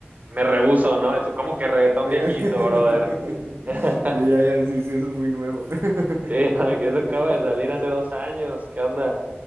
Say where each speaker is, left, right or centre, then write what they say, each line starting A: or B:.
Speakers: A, on the right; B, on the right.
A: Me rehuso, ¿no? Y tú, ¿cómo que reggaetón
B: Ajá.
A: viejito, brother?
B: <laughs>
A: <laughs>
B: Sí, ya, ya, sí, sí, eso es muy nuevo. <laughs>
A: Sí, no, que eso acaba de salir hace dos años. ¿Qué onda?